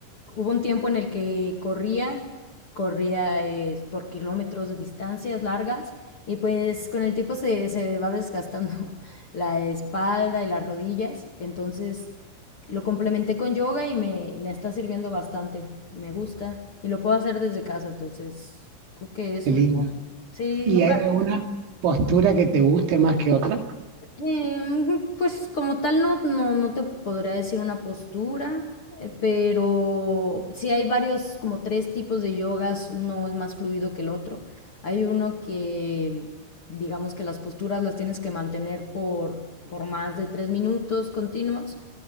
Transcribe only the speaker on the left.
hubo un tiempo en el que corría, corría eh, por kilómetros de distancias largas y pues con el tiempo se, se va desgastando <laughs> la espalda y las rodillas, entonces... Lo complementé con yoga y me, me está sirviendo bastante. Me gusta. Y lo puedo hacer desde casa, entonces creo que eso
es. Sí,
nunca.
em, pues como tal no, no, no te podría decir una postura, eh, pero sí hay varios, como tres tipos de yogas. Uno es más fluido que el otro. Hay uno que, digamos que las posturas las tienes que mantener por, por más de tres minutos continuos.